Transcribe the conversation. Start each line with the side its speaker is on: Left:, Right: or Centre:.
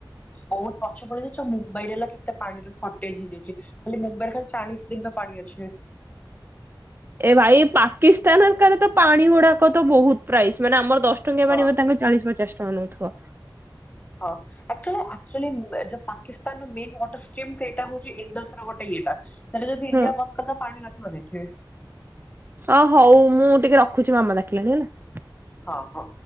Left: ବହୁତ ପଛ ପଡି ଯାଉଉ ମୁମ୍ବାଇରେ ହେଲା କେତେ ପାଣିର ଫର୍ଟେଜ ହେଇଯାଉଛି ଖାଲି ମୁମ୍ବାଇରେ ଖାଲି ଚାଳିଶ ଦିନ। ପାଡିଆଛ।
Right: ଏ ଭାଇ ପାକିସ୍ତାନ କ ତ ପାଣି ଗୁଡାକ ତ ବହୁତ ପ୍ରାଇସ୍ ମାନେ ଆମର। ଦଶ ଟଙ୍କିଆ
Left: ହଁ
Right: ପାଣିବ ତାଙ୍କ ଚାଳିଶ ପଚାଶ ଟଙ୍କା ନେଉଥଥିବା।
Left: ହଁ ପାକିସ୍ତାନ ମୱାଟର ସେଇଟା ହଉଛି ଇ ଗୋଟେ। ତା ଯ ଣ୍ଡିଆ
Right: ହଁ
Left: ବ ତ ପାଣି ନିବ ଦେଖେ।
Right: ଅ ହଉ ମୁଁ ଟିକେ ରଖୁଛି ମାମା ଡଖିଲାଣି ହେଲା।
Left: ହଁ ହଁ।